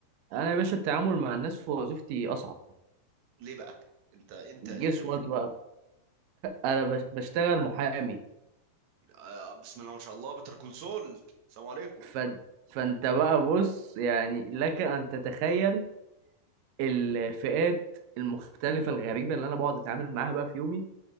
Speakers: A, on the right (about 70°); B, on the right (about 85°).
A: انا يا باشا التعامل مع الناس في وظيفتي اصعب
B: ليه بقى انت انت
A: جس
B: انت بت...
A: وات بقى انا بش- بشتغل محامي
B: آه، بسم الله ما شاء الله بتر كول سول السلام عليكم
A: ف... فانت بقى بص يعني لك ان تتخيل الفئات المختلفه الغريبه اللي انا بقعد اتعامل معاها بقى في يومي